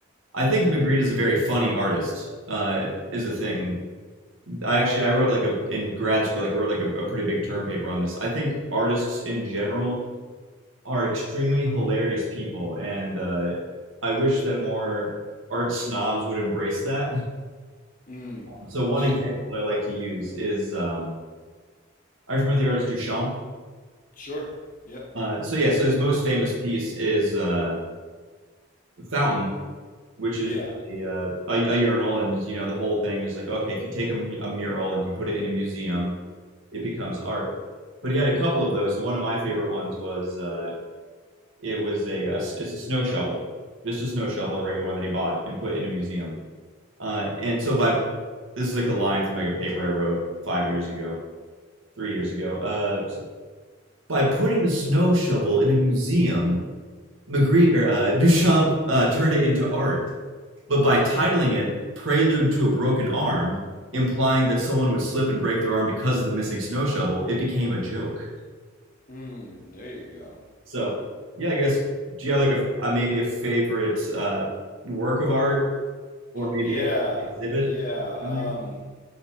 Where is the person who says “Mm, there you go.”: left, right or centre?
Left